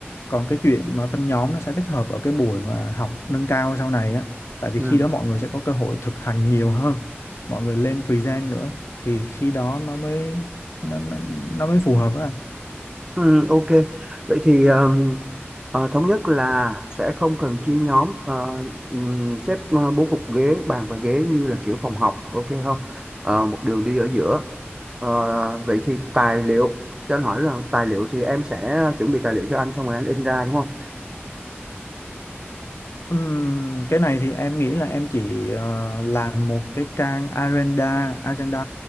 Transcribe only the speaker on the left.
còn cái chuyện mà phân nhóm nó sẽ thích hợp ở cái buổi mà học nâng cao sau này á tại vì
khi đó mọi người sẽ có cơ hội thực hành nhiều hơn mọi người lên present nữa thì khi đó nó mới nó nó, nó mới phù hợp á anh.
Ừm, cái này thì em nghĩ là em chỉ ờ, làm một cái trang agenda agenda